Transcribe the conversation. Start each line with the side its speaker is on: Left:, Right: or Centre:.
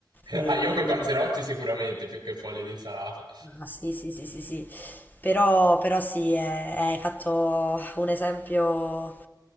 Left: E...
Right: Ah, io coi panzerotti sicuramente più che fogli di insalata.
Left: Ma sì, sì, sì, sì, sì. Però, però sì, eh, hai fatto un esempio